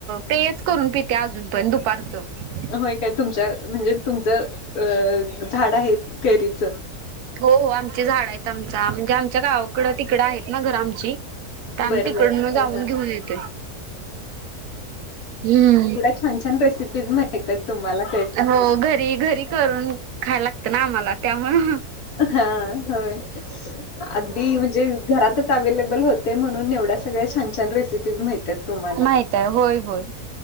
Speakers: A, on the right; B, on the left.
A: पेच करून पिते अजून पण दुपारचं
B: होय काय तुमच्या म्हणजे तुमचं अ झाड आहे कैरीच
A: हो हो आमचे झाडं आहेत आमच्या म्हणजे आमच्या गावाकडं तिकडं आहेत ना घर आमची तर आम
B: बरं
A: तिकडं
B: बरं
A: जाऊन
B: हा हा
A: घेऊन येतोय हम्म
B: छानछान रेसिपी माहित ये माहिती तुम्हाला
A: हो घरी, घरी करून खायला लागतं ना आम्हाला त्यामुळं
B: हा होय अगदी म्हणजे. घरातच अवेहेलेबल होते म्हणून एवढ्या सगळ्या छान छान रेसिपीज माहित आहेत. तुम्हाला
A: माहित आहे होय होय.